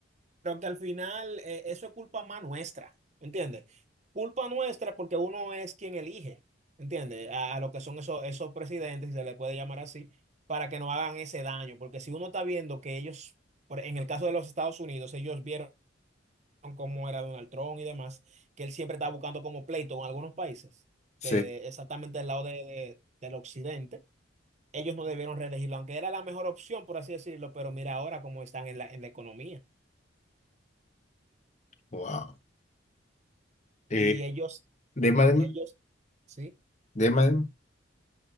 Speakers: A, on the right (about 35°); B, on the left (about 35°).
A: pero que al final eh, eso es culpa más nuestra, ¿entiendes? Culpa nuestra porque uno es quien elige, ¿entiendes? A, a lo que son esos, esos presidentes, si se les puede llamar así, para que no hagan ese daño. Porque si uno está viendo que ellos, por- en el caso de los Estados Unidos, ellos vieron cómo era Donald Trump y demás, que él siempre estaba buscando como pleito con algunos países,
B: Sí,
A: de, exactamente del lado de, de- del occidente. Ellos no debieron reelegirlo, aunque era la mejor opción, por así decirlo, pero mira ahora cómo están en la, en la economía.
B: wow. Eh,
A: Y ellos,
B: dime, dime,
A: ellos, sí,
B: dime, dime.